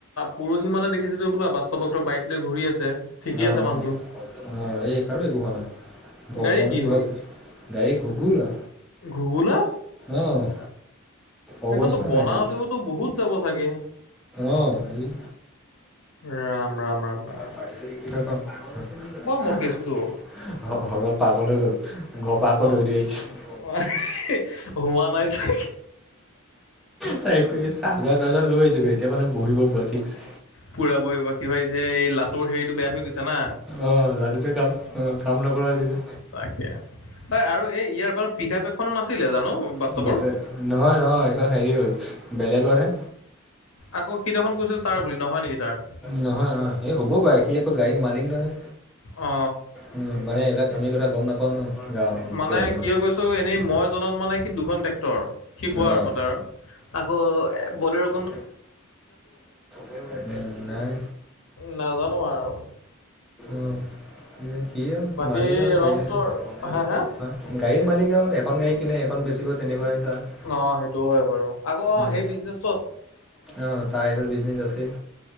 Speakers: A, on the left (about 70°); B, in the centre.
A: পুৰহী মানে দেখিছিলোঁ হবলা? বাস্তৱ বাইক লৈ ঘূৰি আছে। ঠিকেই
B: অ',
A: আছে মানুহটো
B: অ', অ', এই কাৰো একো হোৱা নাই। ভগৱানৰ
A: গাড়ী কি
B: কৃপাত,
A: হ'ল
B: গাড়ী ঘুগোলা।
A: ঘুগুলা
B: অ'।
A: সেইখনতো
B: অৱস্থা
A: বনাওতেওতো
B: নাই গাড়ি,
A: বহুত যাব চাগে
B: অ', <unintelligible>
A: ৰাম-ৰাম-ৰাম-ৰাম।
B: <unintelligible> সৰহ পাগল হৈ
A: মই কেচটো
B: গল। ঘৰৰপা আকৌ দৌৰি-দৌৰি
A: অ
B: আহিছে।
A: <unintelligible> হোৱা নাই চাগে।
B: তাই একো হে চাৰ্জাৰ-চাৰ্জাৰ লৈ আহিছোগে এতিয়া মানে বহিব পৰা ঠিকছে।
A: পুৰা বহিবাসী ভাবিছে এই লাটোৰ হেৰিটো বেয়া হৈ গৈছে না
B: অ', লাডোতে কাম অ', কাম নকৰা হৈ গৈছে।
A: <unintelligible> এই আৰু এই ইয়াৰ বাৰ এই পিক আপ এখন নাছিলে জানো? বাস্তৱৰ
B: <unintelligible> নহয়-নহয় এইখন হেৰি হ'ল, বেলেগৰ হে।
A: আকৌ সি দেখোন কৈছিল তাৰ বুলি, নহয় নেকি তাৰ?
B: নহয়-নহয় সেই হ'ব পাৰে সি একৌ গাড়ীৰ মালিক নহয়।
A: অ
B: উম, মানে এইবিলাক আমি কটা গম নাপাওঁ ন। গাঁৱৰ
A: মানে
B: পৰিয়াল মানুহ
A: কিয় কৈছোঁ, এনেই মই জনাত মানে সি দুখন ট্ৰেক্টৰ। সি কোৱাৰ
B: অ',
A: মতে আৰ, আকৌ এ বলেৰো
B: <unintelligible> উম নাই।
A: নাজানো আৰু
B: অ', সিয়ে অও
A: বাকী
B: মালিক আও গাড়ি
A: ৰন্তৰ
B: মালিক। <unintelligible>
A: হা হা
B: গাড়ীৰ মালিক আৰু এখন গাড়ী কিনে এখন বেচিব তেনেকুৱাই <unintelligible>
A: অ', সেইটোও হয় বাৰু। আকৌ অ',
B: উম,
A: সেই বিজনেচ
B: অ', তাৰ <unintelligible> বিজনেছ আছেই।